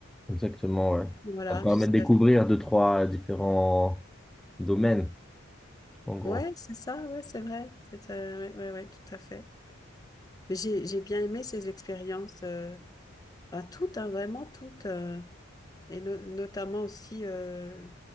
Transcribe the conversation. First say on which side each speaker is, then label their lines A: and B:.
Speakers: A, in the centre; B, on the left.
A: Exactement, ouais.
B: Voilà,
A: Ça permet
B: jusqu'à...
A: de découvrir deux, trois différents domaines, en gros.
B: Ouais, c'est ça, ouais, c'est vrai. C'est, euh, ouais, ouais, ouais, tout à fait. Mais j'ai j'ai bien aimé ces expériences, euh, enfin, toutes, hein, vraiment toutes, euh, et no- notamment aussi euh,